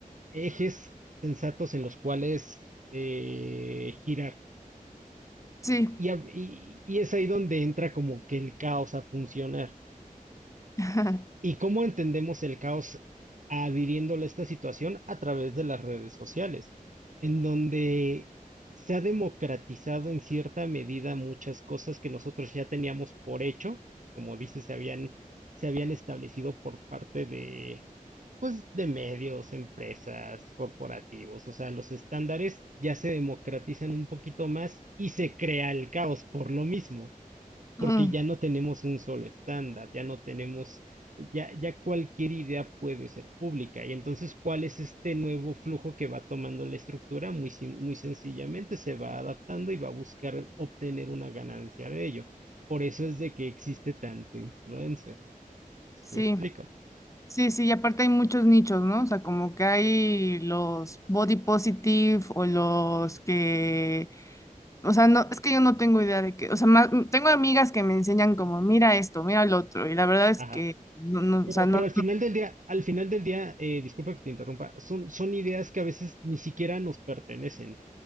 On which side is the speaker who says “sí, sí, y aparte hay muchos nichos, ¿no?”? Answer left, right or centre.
Left